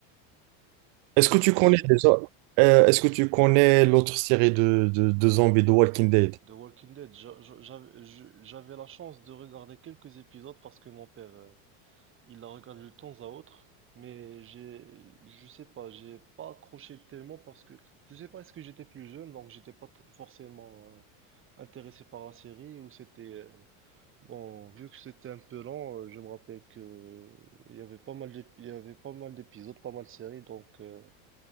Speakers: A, on the right (about 50°); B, on the right (about 30°).
A: Est-ce
B: Oui,
A: que tu
B: je te
A: connais
B: suis.
A: déjà, euh, est-ce que tu connais l'autre série de, de, de zombies de Walking Dead?
B: The Walking Dead, j'a- j'a- j'avais je- j'avais la chance de regarder quelques épisodes parce que mon père... euh, Il la regarde de temps à autre, mais j'ai, je sais pas, j'ai pas accroché tellement parce que je sais pas, est-ce que j'étais plus jeune, donc j'étais pas tr- forcément euh, intéressé par la série ou c'était euh, bon, vu que c'était un peu lent, euh, je me rappelle que euh, il y avait pas mal d'ép- il y avait pas mal d'épisodes, pas mal de séries, donc euh,